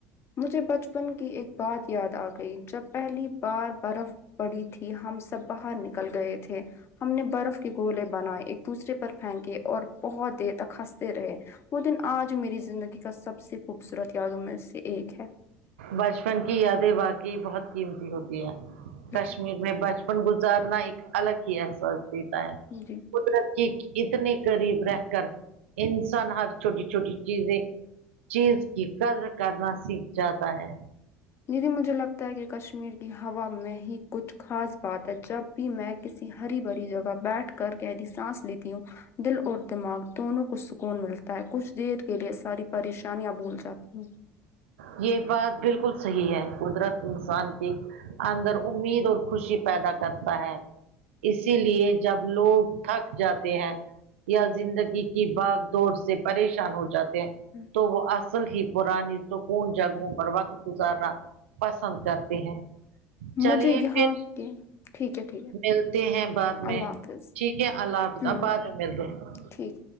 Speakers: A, on the left; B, on the right.
A: مجھے بچپن کی ایک بات یاد آ گئی جب پہلی بار برف پڑی تھی ہم سب باہر نکل گئے تھے ہم نے برف کے گولے بنائے ایک دوسرے پر پھینکے اور بہت دیر تک ہنستے رہے وہ دن آج میری زندگی کا سب سے خوبصورت یادوں میں سے ایک ہے
B: بچپن کی یادیں واقعی بہت قیمتی ہوتی ہیں
A: بالکل
B: کشمیر میں بچپن گزارنا ایک الگ ہی احساس دیتا ہے
A: جی
B: قدرت کی اتنے قریب رہ کر انسان ہر چھوٹی چھوٹی چیزیں چیز کی قدر کرنا سیکھ جاتا ہے
A: دیدی مجھے لگتا ہے کہ کشمیر کی ہوا میں ہی کچھ خاص بات ہے جب بھی میں کسی ہری بھری جگہ بیٹھ کر گہری سانس لیتی ہوں دل اور دماغ دونوں کو سکون ملتا ہے کچھ دیر کے لیے ساری پریشانیاں بھول جاتی ہوں
B: یہ بات بالکل صحیح ہے قدرت انسان کی اندر امید اور خوشی پیدا کرتا ہے اسی لیے جب لوگ تھک جاتے ہیں یا زندگی کی باگ دوڑ سے پریشان ہو جات
A: ہوں
B: تو وہ اصل ہی پرانی سکون جگہوں پر وقت گزارنا پسند کرتے ہیں
A: مجھے
B: چلیے
A: یہاں
B: پھر
A: کے ٹھیک ہے ٹھیک ہے
B: ملتے ہیں بعد میں
A: اللہ حافظ
B: ٹھیک ہے اللہ حافظ
A: ہوں
B: اب بعد میں ملتے ہے
A: ٹھیک